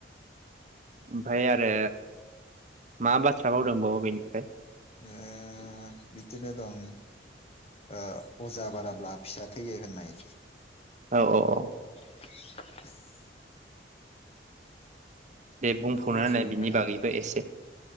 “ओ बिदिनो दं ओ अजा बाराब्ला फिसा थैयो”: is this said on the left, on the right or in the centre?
Left